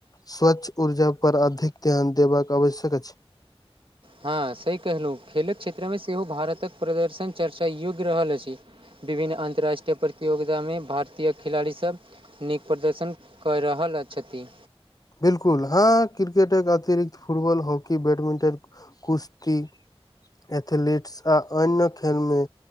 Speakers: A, on the left (about 35°); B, on the right (about 55°).
A: स्वच्छ ऊर्जा पर अधिक ध्यान देबाक आवश्यक अछि
B: हँ सही केहलौं खेलक क्षेत्र मे सेहो भारतक प्रदर्शन चर्चा योग्य रहल अछि विभिन्न अन्त्राष्ट्रीय प्रतियोगिता मे भारतीय खिलाड़ी सब नीक प्रदर्शन कऽ रहल आ छथि
A: बिलकुल हँ क्रिकेट अतिरिक्त फुटबॉल, हॉकी, बैडमिंटन कुश्ती, एथलीट्स आ अन्य खेल मे